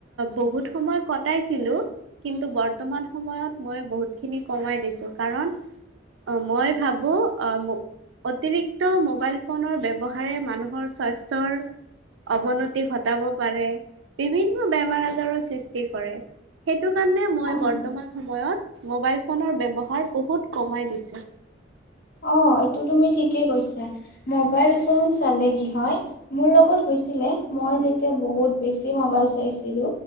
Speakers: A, on the right (about 80°); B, on the left (about 55°).
A: বহুত সময় কটাইছিলোঁ, কিন্তু বৰ্তমান সময়ত মই বহুত খিনি কমাই দিছোঁ, কাৰণ, অ' মই ভাৱোঁ, আ অতিৰিক্ত ম'বাইল ফোনৰ ব্যৱহাৰে মানুহৰ স্বাস্থ্যৰ অৱনতি ঘটাব পাৰে, বিভিন্ন বেমাৰ আজাৰো সৃষ্টি কৰে, সেই সেইটো কাৰণে মই
B: অ
A: বৰ্তমান সময়ত মোবাইল ফোনৰ ব্যৱহাৰ বহুত কমাই দিছোঁ।
B: অ', এইটো তুমি ঠিকেই কৈছা। মবাইল ফোন চালে কি হয়, মোৰ লগত <inaudible> <unintelligible> মই যেতিয়া বহুত বেছি মবাইল চাইছিলো,